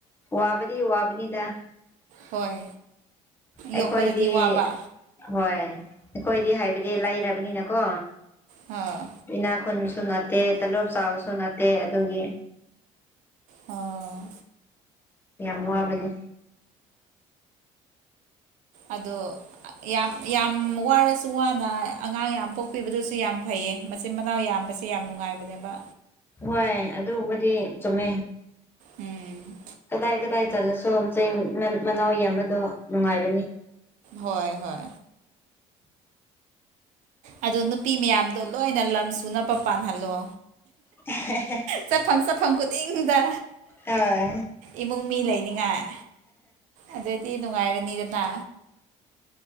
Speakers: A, on the left (about 15°); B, on the right (about 75°).
A: ꯋꯥꯕꯗꯤ ꯑꯗꯨꯒꯤ ꯋ꯭ꯕꯅꯤꯗ
B: ꯍꯣꯏ
A: ꯑꯩꯈꯣꯏꯗꯤ
B: ꯌꯣꯛꯄꯗꯗꯤ ꯋꯥꯕ
A: ꯍꯣꯏ ꯑꯩꯈꯣꯏꯗꯤ ꯍꯥꯏꯕꯗꯤ ꯂꯩꯔꯕꯅꯤꯅꯀꯣ
B: ꯑꯥ
A: ꯏꯅꯥ ꯈꯨꯟ ꯅꯠꯇꯦ ꯇꯂꯣꯞ ꯆꯥꯕꯁꯨ ꯅꯠꯇꯦ ꯑꯗꯨꯒꯤ
B: ꯑꯣ
A: ꯌꯥꯝ ꯋꯥꯕꯅꯦ
B: ꯑꯗꯣ ꯌꯥꯝ ꯌꯥꯝ ꯋꯥꯔꯁꯨ ꯋꯥꯅ ꯑꯉꯥꯡ ꯌꯥꯝ ꯄꯣꯛꯄꯤꯕꯗꯨꯁꯨ ꯌꯥꯝ ꯐꯩꯌꯦ ꯃꯆꯤꯟ ꯃꯅꯥꯎ ꯌꯥꯝ ꯌꯥꯝꯕꯁꯦ ꯌꯥꯝ ꯅꯨꯡꯉꯥꯏꯕꯅꯦꯕ
A: ꯍꯣꯏ ꯑꯗꯨꯕꯗꯤ ꯆꯨꯝꯃꯦ
B: ꯎꯝ
A: ꯀꯗꯥꯏ ꯀꯗꯥꯏ ꯆꯠꯂꯁꯨ ꯆꯩ ꯃꯅꯥꯎ ꯌꯦꯕꯗꯣ ꯅꯨꯡꯉꯥꯏꯕꯅꯤ
B: ꯍꯣꯏ ꯍꯣꯏ ꯑꯣ ꯅꯨꯄꯤ ꯃꯌꯥꯝꯗꯣ ꯂꯣꯏꯅ ꯂꯝ ꯁꯨꯅꯕ ꯄꯥꯟꯍꯜꯂꯣ
A: ꯍ
B: ꯆꯠꯐꯝ ꯆꯠꯐꯝ ꯈꯨꯗꯤꯡꯗ
A: ꯍꯣꯏ
B: ꯏꯃꯨꯡ ꯃꯤ ꯂꯩꯅꯤꯡꯉꯥꯏ ꯑꯗꯩꯗꯤꯤ ꯅꯅꯨꯡꯉꯥꯏꯔꯅꯤꯔꯅ